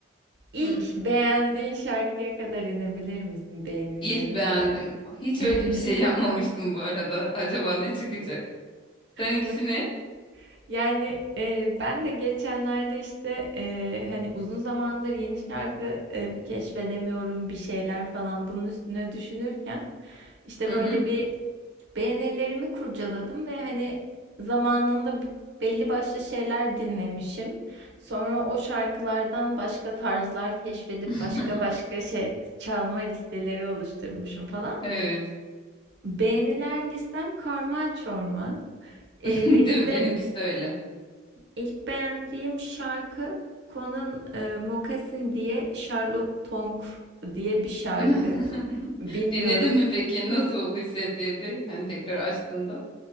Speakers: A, on the right (about 60°); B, on the left (about 25°).
A: ilk
B: Hı.
A: beğendiğin şarkıya kadar inebilir misin beğenilerinde?
B: İlk beğendim. Hiç
A: <laughs>
B: öyle bir şey yapmamıştım bu arada. Acaba ne çıkacak? Sen ikisi
A: Bak,
B: ne?
A: yani, eee, ben de geçenlerde, işte, eee, hani, uzun zamandır yeni şarkı, eee, keşfedemiyorum bir şeyler falan bunun üstüne düşünürken, işte,
B: Hı
A: böyle
B: hı.
A: bir beğenilerimi kurcaladım ve hani zamanında belli başlı şeyler dinlemişim. Sonra o şarkılardan başka tarzlar keşfedip
B: <laughs>
A: başka başka şey çalma listeleri oluşturmuşum falan.
B: Evet.
A: Beğeniler listem karman çorman.
B: <laughs>
A: Ee, benim
B: Değil mi?
A: de
B: Benimkisi de öyle.
A: ilk beğendiğim şarkı Conan e, Moccasin diye Charlotte Tonk diye bir şarkı.
B: <laughs>
A: Bilmiyorum
B: Dinledin mi peki? Nasıl hissettirdi? Hani tekrar açtığında.